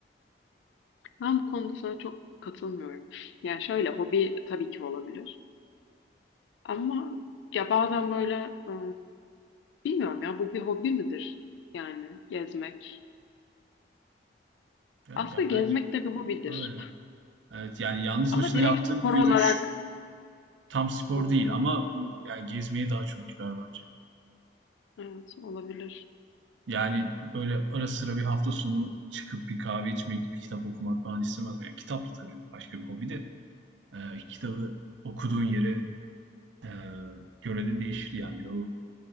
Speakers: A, on the left; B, on the right.
A: Ben bu konuda sana çok katılmıyorum. Yani şöyle hobi tabii ki olabilir. Ama ya bazen böyle e, bilmiyorum ya bu bir hobi midir? Yani gezmek.
B: Evet
A: Aslında
B: ya
A: gezmek
B: bence
A: de bir hobidir.
B: öyle. Evet yani yalnız
A: Ama
B: başına
A: direkt
B: yaptığım
A: spor
B: bir yürüyüş
A: olarak
B: tam spor
A: Hı hı.
B: değil ama bu yani gezmeye daha çok girer bence.
A: Evet olabilir.
B: Yani böyle ara sıra bir hafta sonu çıkıp bir kahve içmek, bir kitap okumak falan istemez. miyim? Yani kitap da tabii başka bir hobi de e, kitabı okuduğun yere e, göre de değişir yani. O